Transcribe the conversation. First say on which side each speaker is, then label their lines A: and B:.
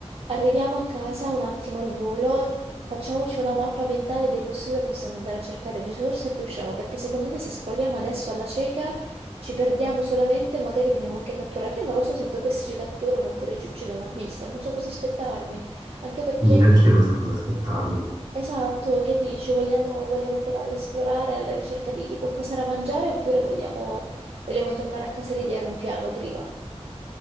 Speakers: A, on the right; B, on the right.
A: arriviamo a casa un attimo al volo, facciamoci una mappa mentale dei posti dove possiamo andare a cercare risorse e poi usciamo, perché secondo me se esploriamo adesso alla cieca ci perdiamo solamente e magari veniamo anche catturati. Io non lo so se poi questi ci catturano oppure ci uccidono a vista, non so cosa aspettarmi, anche perché,
B: Neanche io non so cosa aspettarmi.
A: esatto, che dici, vogliamo, vogliamo provare ad esplorare alla ricerca di, di qualcosa da mangiare oppure vogliamo, vogliamo tornare a casa e ideare un piano prima?